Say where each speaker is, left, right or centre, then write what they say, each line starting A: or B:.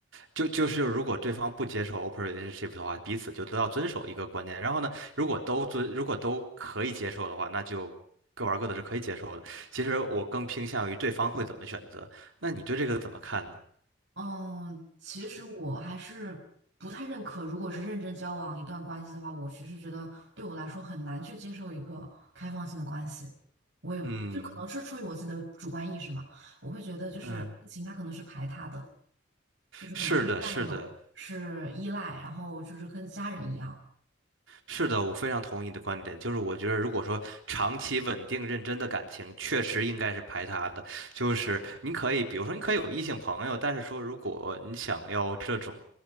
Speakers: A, on the right; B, on the right.
A: 就就是如果对方不接受 open relationship 的话，彼此就都要遵守一个观念。然后呢，如果都遵如果都可以接受的话，那就各玩各的是可以接受的。其实我更偏向于对方会怎么选择，那你对这个怎么看呢？
B: 嗯，其实我还是不太认可，如果是认真交往一段关系的话，我其实觉得对我来说很难去接受一个开放性的关系。我也就可能是出于我自己的主观意识嘛，
A: 嗯
B: 我会觉得就是爱情它可能是排他的。
A: 嗯，
B: 就是可能是占有，
A: 是的，是的，
B: 是依赖，然后就是跟家人一样。
A: 是的，我非常同意你的观点。就是我觉得，如果说长期稳定认真的感情，确实应该是排他的。就是你可以，比如说你可以有异性朋友，但是说如果你想要这种，